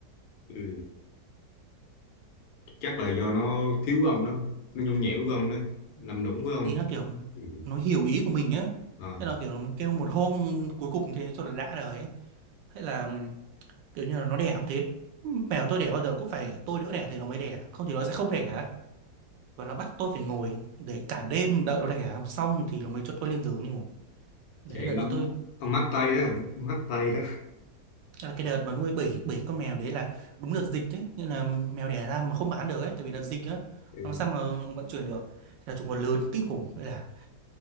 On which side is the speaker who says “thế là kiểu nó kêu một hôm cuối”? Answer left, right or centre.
Right